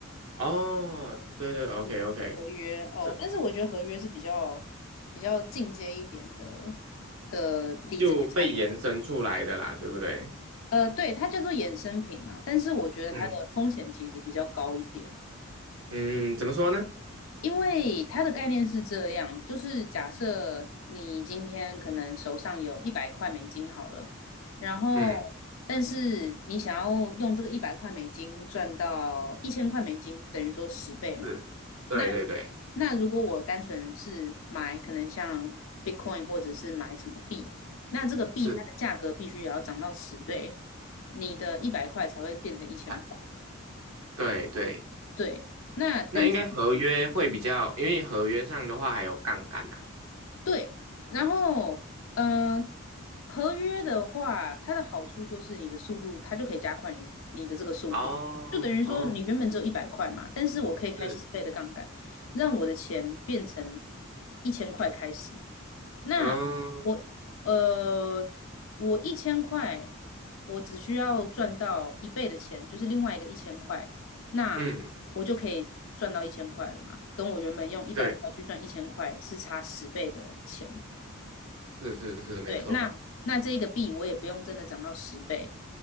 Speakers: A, on the right; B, on the left.
A: 哦，对对，OK
B: 是合约哦。
A: OK，这
B: 但是我觉得合约是比较比较进阶一点的的理财。
A: 就被延伸出来的啦，
B: 产品。
A: 对不对？
B: 呃，对，它叫做衍生品嘛，但是我觉得它的风险其实比较高一点，
A: 嗯嗯，怎么说呢？
B: 因为它的概念是这样，就是假设你今天可能手上有一百块美金好了，然后
A: 嗯，
B: 但是你想要用这个一百块美金赚到一千块美金，等于说十倍嘛。
A: 是，对对对，
B: 那。那如果我单纯是买，可能像 Bitcoin 或者是买什么币，那这个币它的价格必须也要涨到十倍，
A: 是，
B: 你的一百块才会变成一千块。
A: 啊，对对。
B: 对，那但是
A: 那应该合约会比较，因为合约上的话还有杠杆啊。
B: 对，然后嗯、呃合约的话，它的好处就是你的速度，它就可以加快你的你的这个速度，
A: 哦哦，
B: 就等于说你原本只有一百块嘛，但是我可以开十倍的杠杆，
A: 是，
B: 让我的钱变成一千块开始。那
A: 嗯
B: 我呃，我一千块，我只需要赚到一倍的钱，就是另外一个一千块，那我就可以赚到一千块了嘛？
A: 嗯，
B: 跟我原本用一百块去赚一千块是差十倍的钱。
A: 对，是是是，没错。
B: 对，那那这一个币我也不用真的涨到十倍，